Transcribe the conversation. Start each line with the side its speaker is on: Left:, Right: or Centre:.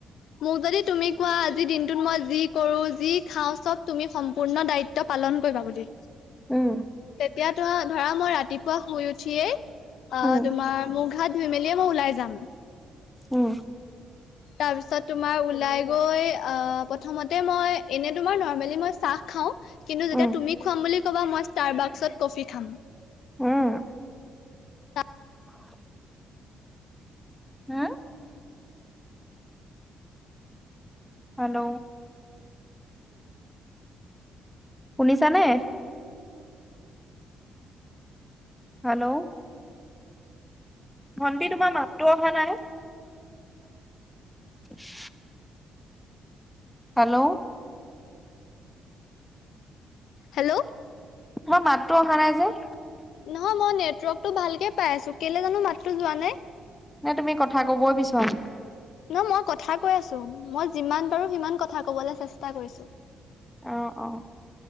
Left: মোক যদি তুমি কোৱা আজিৰ দিনটোত মই যি কৰো, যি খাওঁ চব তুমি সম্পূৰ্ণ দায়িত্ব পা পালন কৰিবা বুলি,
Centre: উম
Left: তেতিয়া তৰা ধৰা মই ৰাতিপুৱা শুই উঠিয়েই অ'
Centre: উম
Left: তোমাৰ মূখ হাত ধুই মেলিয়ে মই ওলাই যাম।
Centre: উম।
Left: তাৰ পিছত তুমাৰ ওলাই গৈ অ' প্ৰথমতে মই এনে তোমাৰ নৰ্মেলি মই চাহ <unintelligible> কিন্তু যেতিয়া
Centre: উম
Left: তুমি খাম বুলি ক'বা মই ষ্টাৰ বাক্সত কফি খাম।
Centre: উম।
Left: <unintelligible>
Centre: <inaudible> হা? হেল্ল'। শুনিছানে। হেল্ল'। ভণ্টি তোমাৰ মাতটো অহা নাই। <inaudible> হেল্ল'।
Left: হেল্ল'।
Centre: তোমাৰ মাতটো অহা নাই যে।
Left: নহয় মই নেটৱৰ্কটো ভালকে পাই আছোঁ কেলে জানো মাতটো যোৱা নাই।
Centre: নে তুমি কথা ক'বই বিচৰা নাই।
Left: না মই কথা কৈ আছোঁ, মই যিমান পাৰো সিমান কথা ক'বলৈ চেষ্টা কৰিছোঁ।
Centre: অ অ।